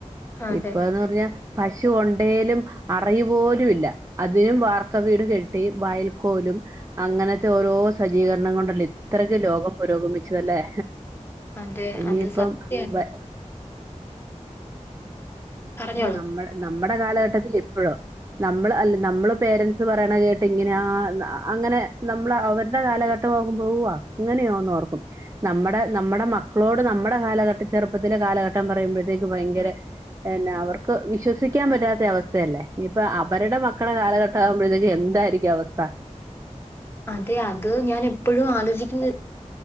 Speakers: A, on the left; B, on the right.
A: അതെ
B: ഇപ്പന്ന് പറഞ്ഞാ പശു ഒണ്ടേലും അറിയുപോലും ഇല്ല അതിനും വാർക്ക വീട് കെട്ടി വയൽക്കോലും അങ്ങനത്തെ ഓരോ സജ്ജീകരണം കൊണ്ടല്ല ഇത്രക്ക് ലോകം പുരോഗമിച്ചതല്ലേ
A: അതെ
B: ഇനിയിപ്പം
A: അത് സത്യാണ്
B: വ
A: പറഞ്ഞോളൂ
B: നമ്മ നമ്മുടെ കാലഘട്ടത്തിൽ ഇപ്പൊഴോ നമ്മള് അല്ല നമ്മള് പേരൻസ് പറയണ കേട്ട് ഇങ്ങനെ ആ അങ്ങനെ നമ്മള് അവരുടെ കാലഘട്ട ഇട്ട് നോക്കും പോവാ അങ്ങനെയോ ഒന്ന് ഓർക്കും നമ്മുടെ നമ്മുടെ മക്കളോട് നമ്മുടെ കാലഘട്ടം ചെറുപ്പത്തിലെ കാലഘട്ടം പറയുമ്പോഴത്തേക്ക് ഭയങ്കര പിന്നെ അവർക്ക് വിശ്വസിക്കാൻ പറ്റാത്ത അവസ്ഥയല്ലേ ഇനിയിപ്പൊ അവരുടെ മക്കളെ കാലഘട്ട ആകുമ്പഴത്തേക്ക് എന്തായിരിക്കും അവസ്ഥ
A: അതെ അത് ഞാൻ എപ്പോഴും ആലോചിക്കുന്നത്